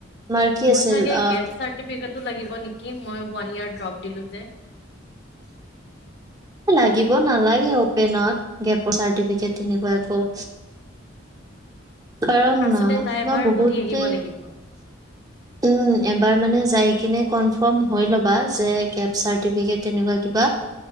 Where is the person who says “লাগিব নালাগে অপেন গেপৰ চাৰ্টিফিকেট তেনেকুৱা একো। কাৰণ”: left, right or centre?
Right